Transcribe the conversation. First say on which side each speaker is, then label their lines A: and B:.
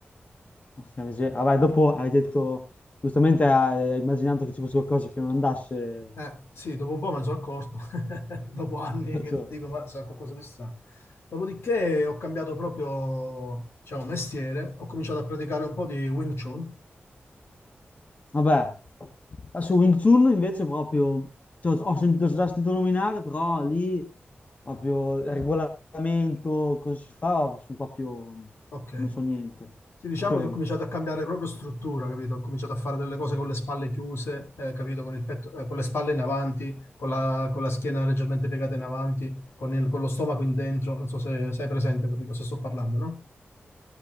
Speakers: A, on the left; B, on the left.
A: Porca miseria. Vabbè, dopo hai detto, giustamente hai hai immaginato che ci fosse qualcosa che non andasse.
B: Eh, sì, dopo un po' me ne sono accorto, <laughs> dopo anni
A: <laughs>
B: che
A: Cioè,
B: dico, ma sarà qualcosa di strano. Dopodiché ho cambiato proprio, diciamo, mestiere, ho cominciato a praticare un po' di Wing Chun,
A: Vabbè, Eh, su Wing Chun invece proprio, cioè, ho sentito ho già sentito nominare, però lì proprio il regolamento, cosa si fa, sono proprio,
B: ok,
A: non so niente
B: Sì, diciamo
A: su quello.
B: che ho cominciato a cambiare proprio struttura, capito? Ho cominciato a fare delle cose con le spalle chiuse, eh, capito? Con il petto- eh, con le spalle in avanti, con la, con la schiena
A: Sì,
B: leggermente piegata in avanti, con, il- con lo stomaco in dentro. Non so se sei presente di cosa sto parlando, no?